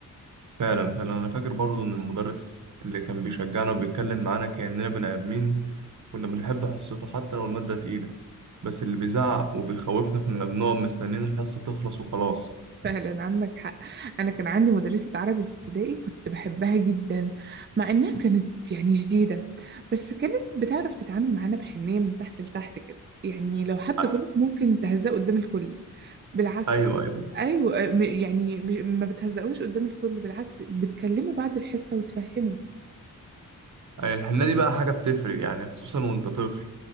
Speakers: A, on the right (about 65°); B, on the right (about 35°).
A: فعلا فعلا انا فاكر برضو ان المدرس اللي كان بيشجعنا وبيتكلم معانا كأننا بني ادمين كنا بنحب حصته حتى لو المادة تقيلة بس اللي بيزعق وبيخوفنا كنا بنقعد مستنيين الحصة تخلص وخلاص
B: <laughs> فعلا عندك حق أنا كان عندي مدرسة عربي في ابتدائي كنت بحبها جدا مع إنها كانت يعني شديدة بس كانت بتعرف تتعامل معانا بحنية من تحت لتحت كده يعني لو حد
A: ع-
B: غلط ممكن تهزأه قدام الكل بالعكس
A: ايوه ايوه
B: ايوه آه، م- يعني مش- ما بتهزقوش قدام الكل بالعكس بتكلموا بعد الحصه وتفهموا
A: أي الحنة دي بقى حاجة بتفرق يعني خصوصا وانت طفل